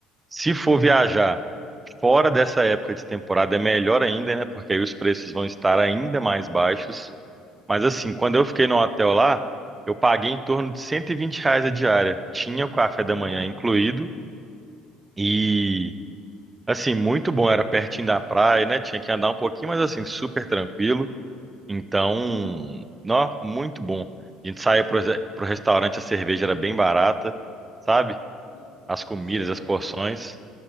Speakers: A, on the right; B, on the left.
A: Se for viajar fora dessa época de temporada, é melhor ainda, né? Porque aí os preços vão estar ainda mais baixos. Mas assim, quando eu fiquei no hotel lá, eu paguei em torno de 120 reais a diária. Tinha o café
B: Nossa,
A: da manhã incluído e Assim, muito bom, era pertinho da praia, né? Tinha que andar um pouquinho, mas assim, super tranquilo. Então,
B: Uhum.
A: nó, muito bom. A gente saía pro, pro restaurante, a cerveja era bem barata, sabe?
B: E-
A: As comidas,
B: Sei, mas,
A: as porções.